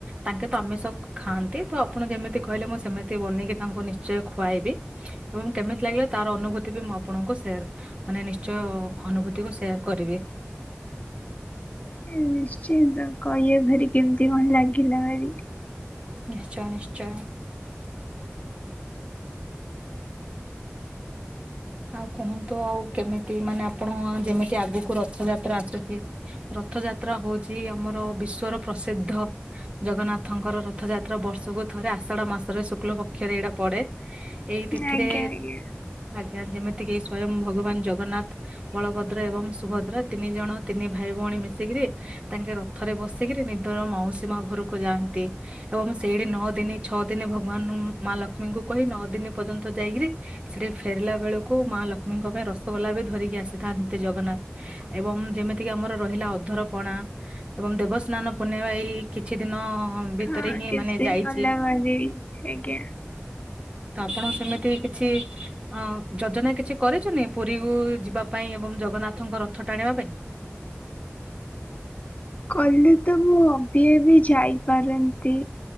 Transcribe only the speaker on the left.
ନିଶ୍ଚିନ୍ତ କହିବେ ଭାରି କେମିତି କଣ ଲାଗିଲା ଭାରି।
ଆଜ୍ଞା ଆଜ୍ଞା
ହଁ
କିଛି
ଦିନ
ଗଲା ଭାରି ଆଜ୍ଞା।
କଲେ ତ ମୁଁ ଅଭି ଅଭି ଯାଇପାରନ୍ତି